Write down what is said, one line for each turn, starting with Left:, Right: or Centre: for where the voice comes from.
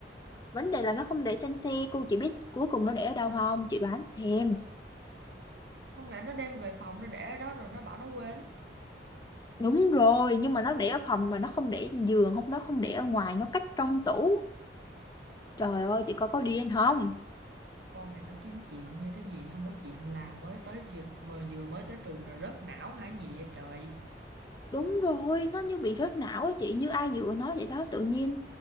Left: Vấn đề là nó không để trên xe, cô chỉ biết cuối cùng nó để ở đâu không? Chị đoán xem.
Right: không lẽ nó đem về phòng nó để ở đó rồi nó bảo nó quên
Left: Đúng rồi, nhưng mà nó để ở phòng mà nó không để giường, không nó không để ở ngoài, nó cách trong tủ. Trời ơi, chị coi có điên không?
Right: con này nó kiếm chuyện hay cái gì không có chuyện làm mới tới vừa mới vừa mới tới trường rồi rớt não hả gì vậy trời
Left: Đúng rồi, nó như bị rớt não á chị, như ai dựa nó vậy đó, tự nhiên